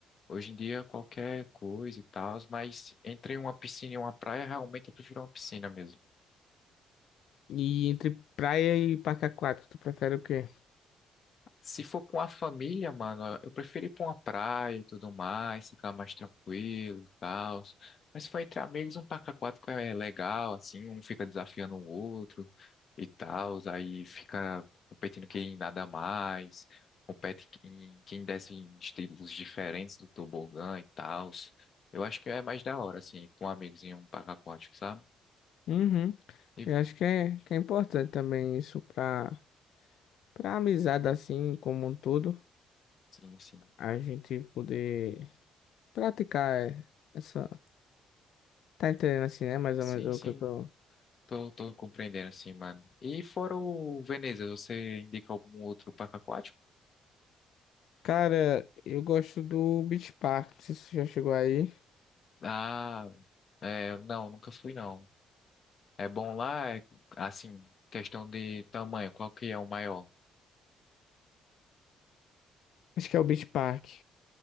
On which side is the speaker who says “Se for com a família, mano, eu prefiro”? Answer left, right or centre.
Left